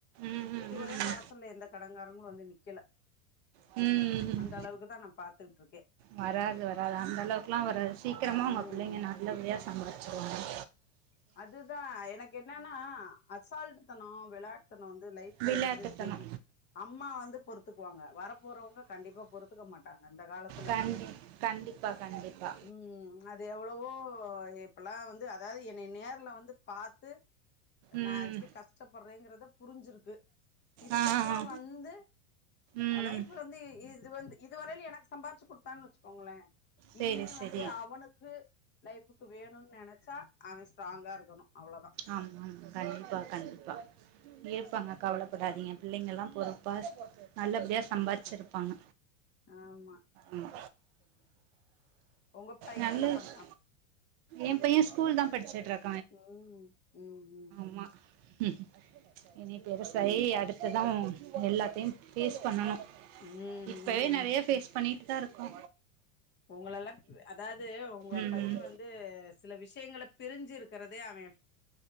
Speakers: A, on the right; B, on the left.
A: ம் ம்
B: இதுவரையிலு
A: ம்
B: வாசல்ல எந்த கடங்காரங்களு வந்து நிக்கல
A: ம் ம்
B: அந்த அளவுக்கு தா நா பாத்துக்கிட்டு இருக்கே
A: வராது வராது அந்த அளவுக்குல்லா வராது சீக்கிரமா உங்க
B: ம்
A: புள்ளிங்க நா நல்ல படியா சம்பாதிச்சுருவாங்க
B: அதுதா எனக்கு என்னன்னா அசால்ட்டு தனோ வெளாட்டுத்தனோ வந்து லைஃப் ல்ல
A: விளையாட்டுத்தனோ
B: இருந்து இன்னிக்கி அம்மா வந்து பொறுத்துக்குவாங்க வர போறவங்க கண்டிப்பா பொருத்துக்க மாட்டாங்க அந்த காலத்துல
A: கண்டு கண்டிப்பா கண்டிப்பா கண்டிப்பா
B: ம் அது எவ்ளவோ அப்பெல்லா வந்து அதாவது என்னை நேர்ல வந்து பாத்து
A: ம்
B: நா எப்டி கஷ்டப்பட்றேங்குறத புரிஞ்சிருக்கு இதுக்கப்றோ
A: ஆ ஆ
B: வந்து
A: ம்
B: லைஃப் வந்து இது வந்து இது வரையில எனக்கு சம்பாதிச்சு குடுத்தான்னு வெச்சுக்கோங்களே
A: சேரி
B: இனிமே
A: சேரி
B: வந்து அவனுக்கு லைஃபுக்கு வேணுன்னு நெனைச்சா அவ ஸ்ட்ராங்கா இருக்கணு அவ்ளோதா
A: ஆமா ஆமா கண்டிப்பா கண்டிப்பா இருப்பாங்க கவலப்படாதீங்க பிள்ளிங்கெல்லா பொறுப்பா நல்ல படியா சம்பாரிச்சிருப்பாங்க
B: ஆமா
A: ம்
B: உங்க பைய
A: நல்ல
B: என்ன
A: விஷயோ
B: பண்றா
A: என் பைய ஸ்கூல் தா படிச்சுட்டு இருக்
B: ம் ம் ம்
A: ஆமா ம் இனி பெருசாயி அடுத்ததா எல்லாத்தையு ஃபேஸ் பண்ணனு
B: ம்
A: இப்பவே
B: ம்
A: நறைய ஃபேஸ் பண்ணிட்டு தா இருக்கோ
B: உங்களெல்லா அதாவது உங்க
A: ம்
B: பைய வந் து சில விஷயங்களை பிரிஞ்சு இருக்கிறதே அவே